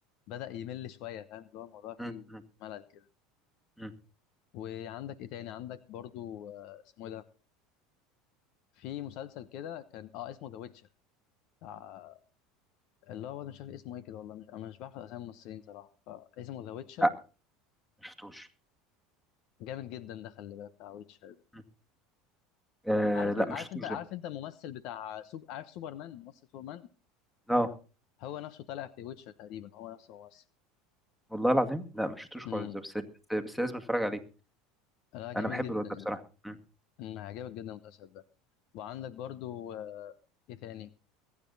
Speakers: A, on the left (about 60°); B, in the centre.
A: بدا يمل شويه فاهم اللي هو الموضوع فيه
B: مم. مم.
A: ملل كده
B: مم.
A: وعندك ايه تاني عندك برضو آه، اسمه إيه ده في مسلسل كده كان اه اسمه ذا ويتشر بتاع اللي هو انا مش فاكر اسمه ايه كده والله مش انا مش بعرف اسامي الممثلين صراحه فاسمه ذا ويتشر
B: لا ما شفتوش
A: جامد جدا ده خلي بالك بتاع ويتشر ده
B: مم. آه
A: عارف
B: لا
A: إيه،
B: ما
A: عارف
B: شفتوش
A: انت عارف
B: ده
A: انت الممثل بتاع سوب عارف سوبرمان ممثل سوبرمان
B: اه
A: هو نفسه طالع في ويتشر تقريبا هو نفسه ممثل
B: والله العظيم لا ما شفتوش
A: امم
B: خالص ده بس بس لازم اتفرج عليه
A: لا جميل
B: انا بحب
A: جدا
B: الواد ده
A: يعني
B: بصراحه مم.
A: أمم، هيعجبك جدا المسلسل ده وعندك برضو آه، ايه تاني